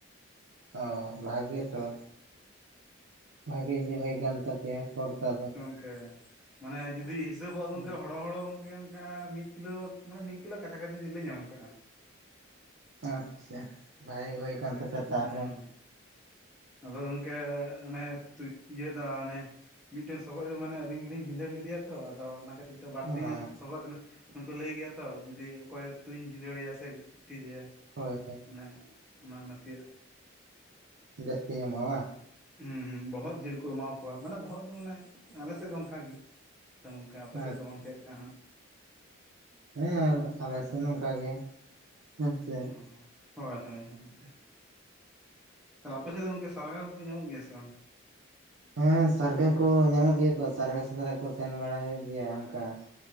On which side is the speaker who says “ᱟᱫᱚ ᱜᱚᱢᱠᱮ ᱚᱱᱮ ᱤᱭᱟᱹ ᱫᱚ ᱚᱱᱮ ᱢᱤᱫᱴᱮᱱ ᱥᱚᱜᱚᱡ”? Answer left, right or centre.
Centre